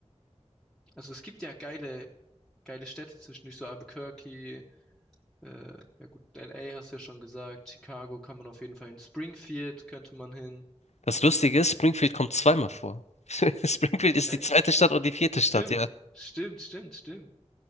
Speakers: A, in the centre; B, on the left.
A: Also es gibt ja geile, geile Städte zwischendurch, so Albuquerque, äh, ja gut, LA hast du ja schon gesagt, Chicago kann man auf jeden Fall hin, Springfield könnte man hin.
B: Das Lustige ist, Springfield kommt zweimal vor. <laughs> Springfield ist
A: Echt?
B: die zweite Stadt und die vierte
A: Stimmt,
B: Stadt, ja.
A: stimmt, stimmt, stimmt.